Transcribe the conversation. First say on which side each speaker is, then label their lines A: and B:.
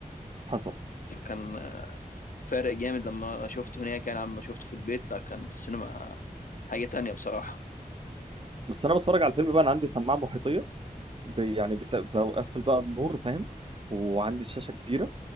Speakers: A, on the right; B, on the left.
A: حصل
B: فكان آه، فارق جامد لما شفته هناك يعني لما شفته في البيت لا كان في السينما حاجة تانية بصراحة
A: بس انا بتفرج على الفيلم بقى انا عندي سماعه محيطيه ب- يعني بت- بقفل بقى النور فاهم وعندي شاشة كبيرة